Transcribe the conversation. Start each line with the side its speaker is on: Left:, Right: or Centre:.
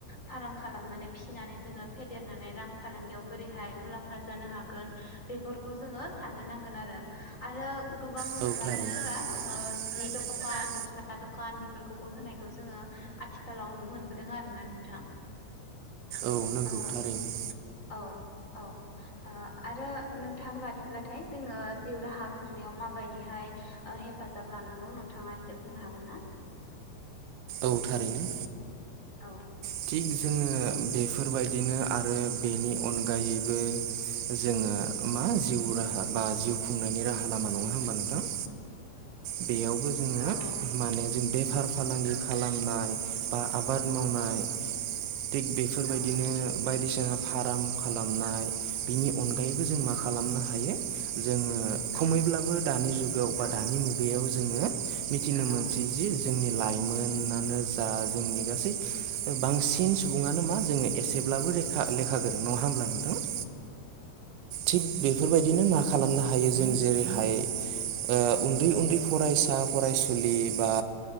Left: फाराम खालामनानै फिसिनानै जोङो फेदेरनानै रां फालांगियाव बोरैहाय मुलाम्फा जानो हागोन। बेफोरखौ जोङो साननो नांगोन आरो। आरो गोबां
Right: औ
Left: लाइमोनफोरा
Right: थारैनो। लाइमोनफोरा
Left: ओ जि दकान गस्ला दकान बेफोरखौबो होनायखौ जोङो आथिखालाव नुनो मोनबोदों आरोना नोंथां
Right: औ नोंगौ
Left: ओ
Right: थारैनो
Left: औ औ ओ आरो नोंथांनि बादिब्लाथाय जोङो जिउ राहा खुंनायाव माबायदिहाय ओ हेफाजाब लानांगौ नोंथाङा एसे बुंनो हागोन ना?
Right: औ थारैनो
Left: औ
Right: थिग दोङो बेफोरबायदिनो आरो बेनि अनगायैबो जोङो मा जिउ राहा बा जिउ खुंनायनि राहा लामा नङा होमबा नोंथां बेयावबो जोङो
Left: औ
Right: माने जों बेफार फालांगि खालामनाय बा आबाद मावनाय थिग बेफोरबायदिनो
Left: औ
Right: बायदिसिना फाराम खालामनाय बिनि अन गायैबो जों मा खालामनो
Left: औ
Right: हायो जोङो खमैब्लाबो दानि जुग जुगाव बा
Left: औ औ
Right: दानि मुगायाव जोङो मिथिनो मोनसै
Left: औ
Right: जि जोंनि लाइमोनानो जा जोंनि गासै बांसिन सुबुङानो मा जोङो एसेब्लाबोे रेखा लेखा गोरों नङा होमब्ला नोंथां? थिग बेफोरबायदिनो मा खालामनो हायो जों जेरैहाय ओ उन्दै उन्दै फरायसा फरायसुलि बा